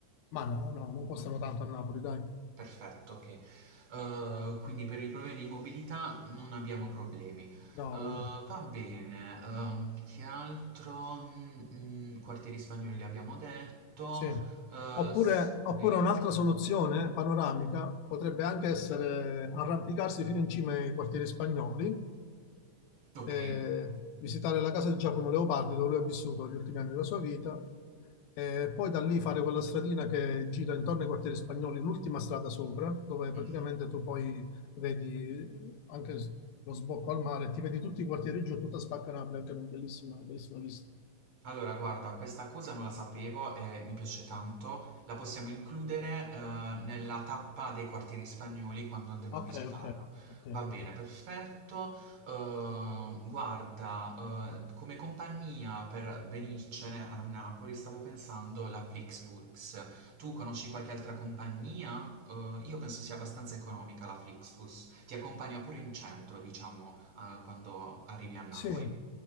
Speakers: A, on the left; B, on the right.
A: Ma no, no, non costano tanto a Napoli, dai.
B: Perfetto, ok. Eh, quindi per i problemi di mobilità non abbiamo problemi. Eh,
A: No, no, no.
B: va bene, ehm, che altro? Mm, mm, quartieri spagnoli li abbiamo detto.
A: Sì.
B: Eh,
A: Oppure,
B: sì.
A: oppure un'altra soluzione panoramica potrebbe anche essere arrampicarsi fino in cima ai quartieri spagnoli
B: Ok.
A: eh, visitare la casa di Giacomo Leopardi dove lui ha vissuto gli ultimi anni della sua vita e poi da lì fare quella stradina che gira intorno ai quartieri spagnoli, l'ultima strada sopra, dove praticamente
B: Mm.
A: tu poi vedi anche s- lo sbocco al mare, ti vedi tutti i quartieri giù, tutta Spacca Napoli, anche una bellissima, bellissima vista.
B: Allora, guarda, questa cosa non la sapevo e mi piace tanto. La possiamo includere, eh, nella tappa dei quartieri spagnoli quando andremo
A: Ok,
B: a visitarlo.
A: ok, ok. ok.
B: Va bene, perfetto. Eh, guarda, eh, come compagnia per venircene a Napoli stavo pensando la Flixbus. Tu conosci qualche altra compagnia? Eh, io penso sia abbastanza economica la Flixbus. Ti accompagna pure in centro, diciamo, eh, quando arrivi a Napoli.
A: Sì,